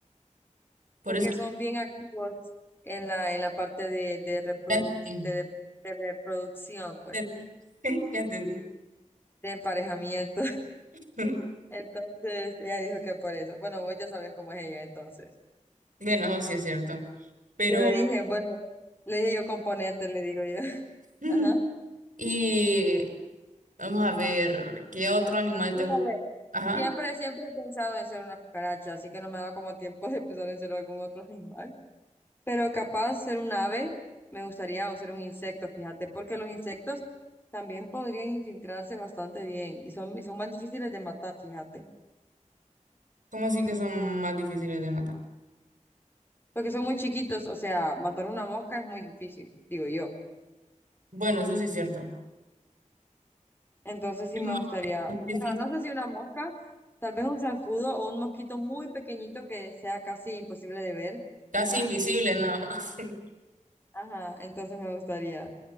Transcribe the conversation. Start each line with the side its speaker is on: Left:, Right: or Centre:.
Right: Por
Left: porque
Right: eso.
Left: son bien activos en la, en la parte de, de, reproduc-
Right: Ya entendí,
Left: de de- de reproducción, pues,
Right: entendí, <laughs> ya entendí.
Left: de emparejamiento.
Right: <laughs>
Left: Entonces ella dijo que por eso. Bueno, vos ya sabes cómo es ella, entonces.
Right: Bueno, eso sí es cierto. Pero,
Left: Y Yo le dije, bueno, le dije yo componente, le digo yo. <laughs>
Right: <laughs>
Left: Ajá.
Right: y vamos a ver, ¿qué otro animal
Left: Pero
Right: te gusta?
Left: a ver,
Right: Ajá,
Left: siempre, siempre he pensado en ser una cucaracha, así que no me ha dado como tiempo de pensar en ser algún otro animal. Pero capaz ser un ave me gustaría o ser un insecto, fíjate, porque los insectos también podrían infiltrarse bastante bien y son, y son más difíciles de matar, fíjate.
Right: ¿cómo así que son más difíciles de matar?
Left: Porque son muy chiquitos, o sea, matar una mosca es muy difícil, digo yo.
Right: Bueno, eso sí es cierto.
Left: Entonces sí
Right: Es
Left: me
Right: más
Left: gustaría,
Right: difícil.
Left: bueno, no sé si una mosca, tal vez un zancudo o un mosquito muy pequeñito que sea casi imposible de ver.
Right: Casi invisible, ¿no? <laughs>
Left: Ajá, entonces me gustaría